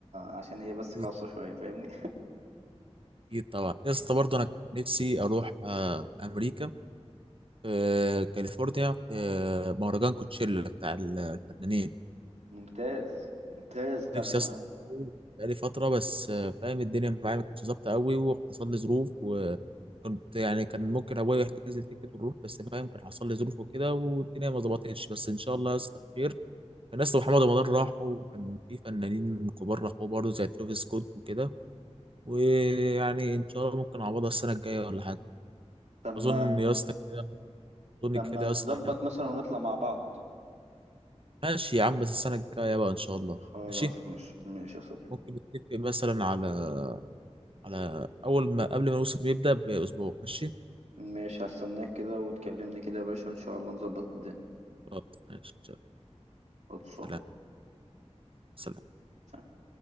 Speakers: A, on the right; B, on the right.
A: عشان هي بس خاصه
B: اكيد
A: شويه فاهمني
B: أكيد طبعا يا اسطى برضه انا كان نفسي اروح آه، امريكا في كاليفورنيا في مهرجان كوتشيلا بتاع الفنانين
A: ممتاز ممتاز تم
B: نفسي اصلا بقالي فتره بس آه، فاهم الدنيا معايا ما كانتش ظابطه قوي وحصل لي ظروف وكنت يعني كان ممكن ابويا يحجز لي تيكت ونروح بس فاهم كان حصل لي ظروف وكده والدنيا ما ظبطتش بس ان شاء الله يا اسطى خير كان اسطى محمد رمضان راحوا وكان في فنانين كبار راحوا برضه زي ترافيس سكوت وكده ويعني ان شاء الله ممكن اعوضها السنه الجايه ولا حاجه
A: تم
B: اظن يا اسطى كده اظن
A: تم
B: كده يا اسطى
A: تظبط
B: احنا
A: مثلا ونطلع مع بعض
B: ماشي يا عم بس السنه الجايه بقى ان شاء الله
A: خلاص
B: ماشي
A: مش ماشي يا صديقي
B: ممكن نتفق مثلا على على أول ما قبل ما الموسم يبدأ بأسبوع ماشي
A: ماشي هستناك كده وتكلمني كده يا باشا ان شاء الله نظبط الدنيا
B: خلاص ماشي
A: خلصان
B: سلام سلام
A: سلام.